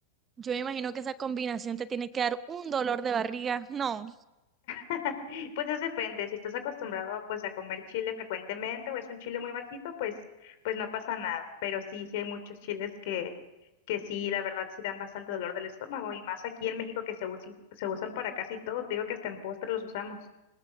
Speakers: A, on the right; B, on the left.
A: Yo me imagino que esa combinación te tiene que dar un dolor de barriga. No.
B: <laughs> Pues es depende, si estás acostumbrado pues a comer chile frecuentemente o es un chile muy bajito, pues pues no pasa nada, pero sí, sí hay muchos chiles que que sí, la verdad sí dan bastante dolor del estómago y más aquí en México que se usi- se usan para casi todo, te digo que hasta en postres los usamos.